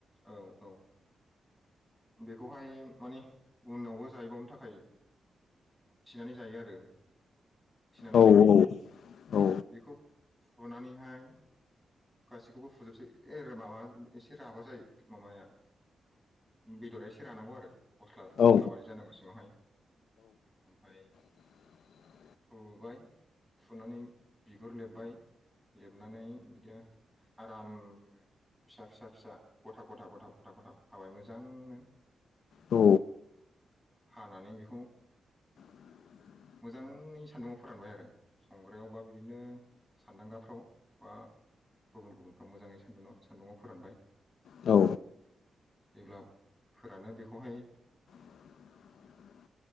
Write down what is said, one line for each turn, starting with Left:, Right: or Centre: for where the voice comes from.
Centre: औ औ बेखौहाय माने उनावबो जाहैबावनो थाखाय थिनानै जायो आरो थिनानै
Left: औ
Centre: दोनो
Left: औ औ
Centre: बेखौ फुनानैहाय गासैखौबो फुजोबसै ए माबा एसे राबा जायो माबाया बेदरा एसे रानांगौ आरो। बस्लाबादि
Left: औ
Centre: जानांगौ सिङावहाय ओमफ्राय
Left: <inaudible>
Centre: फुबाय फुनानै बिगुर लेबबाय लेबनानै बिदिनो आराम फिसा फिसा फिसा गथा गथा गथा गथा गथाव हाबाय मोजांनो
Left: औ
Centre: हानानै बेखौ
Left: <inaudible> ्
Centre: मोजाङै सान्दुंआव फोरानबाय आरो संग्रायाव बा बिदिनो सान्दांगाफ्राव बा गुबुन गुबुनखौ मोजाङै सान्दुं सान्दुंआव फोरानबाय
Left: औ
Centre: जेब्ला फोरानो बेखौहाय
Left: <inaudible>